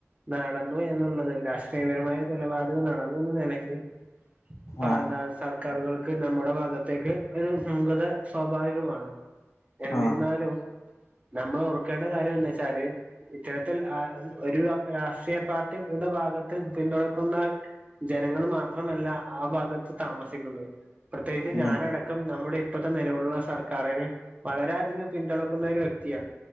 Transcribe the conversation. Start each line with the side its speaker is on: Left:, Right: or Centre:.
Right: നടന്നു എന്നുള്ളത് രാഷ്ട്രീയ പരമായ കൊലപാതകം നടന്നൂന്ന് നിലക്ക് പാന്താ
Left: ആഹ്
Right: സർക്കാറുകൾ ക്ക് നമ്മുടെ ഭാഗത്തേക്ക് ഒരു മൂകത സ്വാഭാവികമാണ് എന്നിരുന്നാലും
Left: ആഹ്
Right: നമ്മള് ക്കേണ്ട കാര്യന്താച്ചാല് <unintelligible> ഒരു രാഷ്ട്രീയ പാർട്ടി ഉണ്ട ഭാഗത്ത്‌ പിന്തുണക്കുന്ന ജനങ്ങള് മാത്രമല്ല ആ ഭാഗത്ത്‌ താമസിക്കുന്നത് പ്രത്യേകിച്ച്
Left: ഉം
Right: ഞാനടക്കം നമ്മു പ്പത്ത നെലവിലുള്ള സർക്കറിന് പകരാധികം പിന്തുണക്കുന്ന ഒരു വ്യക്തിയാണ്